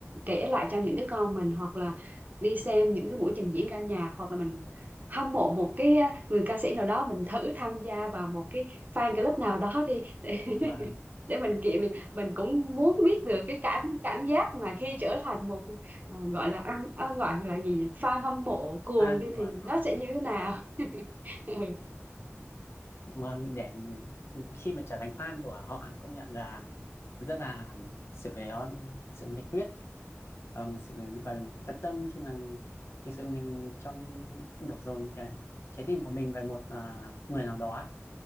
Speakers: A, on the right; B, on the left.
A: kể lại cho những đứa con mình hoặc là đi xem những cái buổi trình diễn ca nhạc hoặc là mình hâm mộ một cái à, người ca sĩ nào đó mình thử tham gia vào một cái fan club nào đó đi để <laughs>
B: vâng,
A: để mình kiện mình, mình cũng muốn biết được cái cảm cảm giác mà khi trở thành một ờ, gọi là ăn ờ, gọi là gì nhỉ fan hâm mộ cuồng
B: fan
A: đi
B: của
A: thì
B: họ.
A: nó sẽ như thế nào
B: Vâng.
A: <laughs> ừ.
B: mà để khi mà trở thành fan của họ công nhận là rất là sự uh, sự nhiệt huyết ờ, một sự gọi là tận tâm khi mà thực sự mình trong đổ dồn cái trái tim của mình về một à, người nào đó